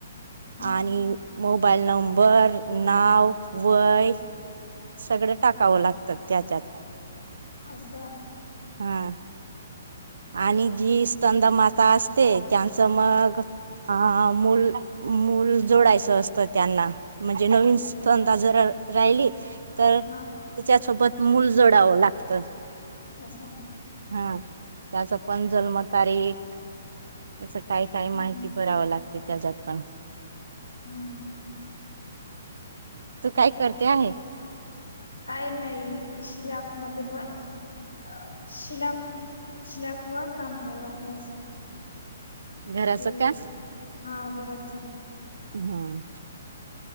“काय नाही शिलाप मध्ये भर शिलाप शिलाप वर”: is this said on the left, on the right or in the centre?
Left